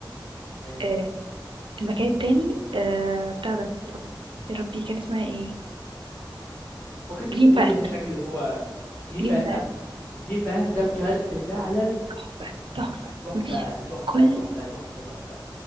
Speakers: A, on the left; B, on the right.
A: إن-
B: آه المكان التاني آه بتاع ده يا ربي كان اسمها ايه
A: ممكن توصفي
B: جرين باث
A: لي الشكل جوه جرين
B: جرين
A: باث
B: باث
A: جرين باث ده بجد فعلا
B: تحفة تحفة
A: تحفة
B: مفيش
A: تحفة
B: كل
A: تحفة تحفة تحفة